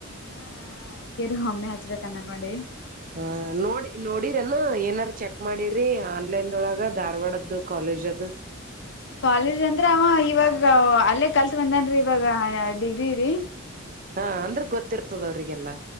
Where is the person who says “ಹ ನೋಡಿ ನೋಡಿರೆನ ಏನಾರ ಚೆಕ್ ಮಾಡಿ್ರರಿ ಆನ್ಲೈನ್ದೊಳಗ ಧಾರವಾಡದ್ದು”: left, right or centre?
Right